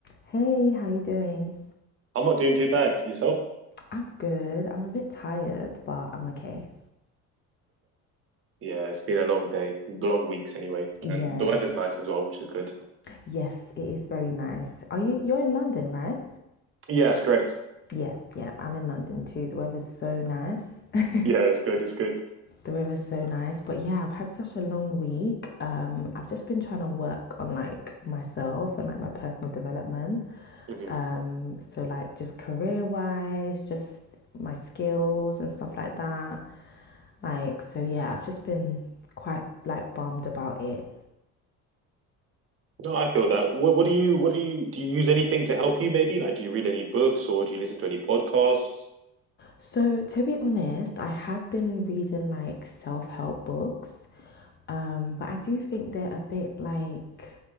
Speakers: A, on the left; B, on the right.
A: Hey, how you doing?
B: I'm not doing too bad. Yourself?
A: I'm good. I'm a bit tired, but I'm okay.
B: Yeah, it's been a long day, long weeks anyway,
A: Yeah.
B: and the weather's nice as well, which is good.
A: Yes, it is very nice. Are you you're in London, right?
B: Yeah, it's correct.
A: Yeah, yeah, I'm in London too. The weather's so nice. <laughs>
B: Yeah, it's good. It's good.
A: The weather's so nice. But yeah, I've had such a long week. Um, I've just been trying to work on like myself and like my personal development.
B: hmm
A: Um, so like just career wise, just my skills and stuff like that. Like, so yeah, I've just been quite like bummed about it.
B: No, I feel that. What, what do you? What do you? Do you use anything to help you? Maybe like, do you read any books or do you listen to any podcasts?
A: So, to be honest, I have been reading like self help books, um, but I do think they're a bit like,